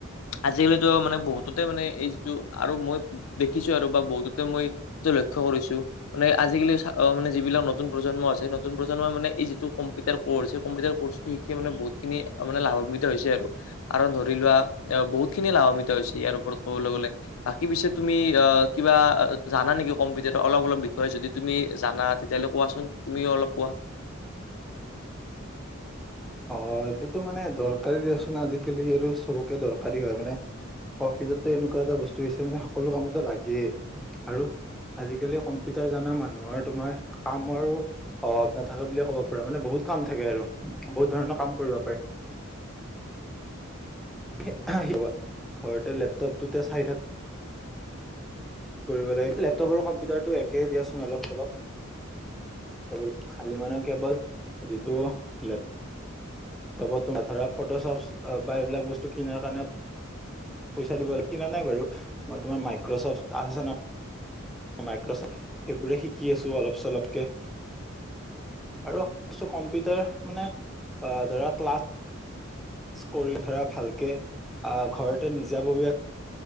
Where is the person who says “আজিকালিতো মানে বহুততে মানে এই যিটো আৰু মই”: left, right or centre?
Left